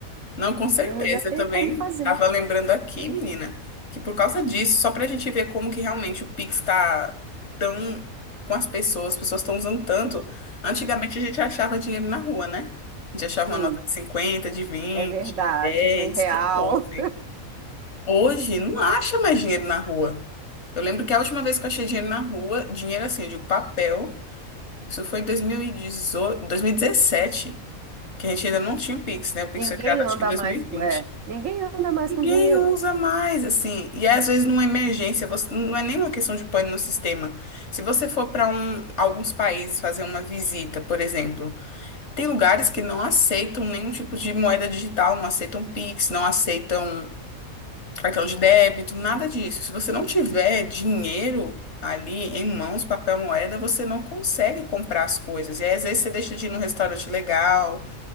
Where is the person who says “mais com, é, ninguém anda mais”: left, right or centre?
Right